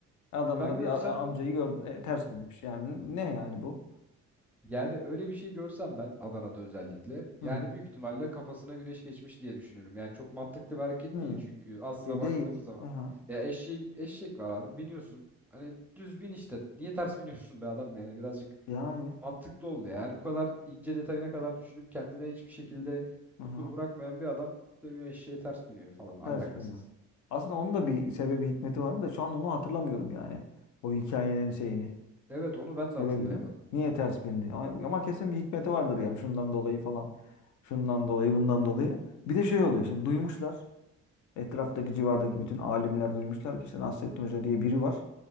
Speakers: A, on the left (about 75°); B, in the centre.
A: Adana'da
B: ben görsem
A: bir a- amcayı gördün e, ters binmiş. Yani ne yani bu?
B: Yani öyle bir şey görsem ben Adana'da özellikle
A: Hı
B: yani
A: hı.
B: büyük ihtimalle kafasına güneş geçmiş diye düşünürüm. Yani çok mantıklı bir hareket
A: Hı.
B: değil çünkü aslına
A: E
B: baktığımız
A: değil.
B: zaman
A: Aha.
B: ya eşeği, eşek var abi biniyorsun hani düz bin işte niye ters <laughs> biniyorsun be adam yani birazcık
A: Yani
B: mantıklı oldu ya. yani bu kadar ince detayına kadar düşünüp kendine hiçbir şekilde
A: hı
B: kusur
A: hı.
B: bırakmayan bir adam dönüyor eşeğe ters dönüyor falan alakasız.
A: ters biniyor. Aslında onun da bir sebebi hikmeti vardı da şu an onu hatırlamıyorum yani. O hikayenin şeyini.
B: Evet onu ben
A: Sebebini?
B: de hatırlayamadım.
A: Niye ters bindi? Ama, ama kesin bir hikmeti vardır yani şundan dolayı falan. Şundan dolayı, bundan dolayı. Bir de şey oluyor şimdi duymuşlar. Etraftaki civardaki bütün alimler duymuşlar ki işte Nasrettin Hoca diye biri var.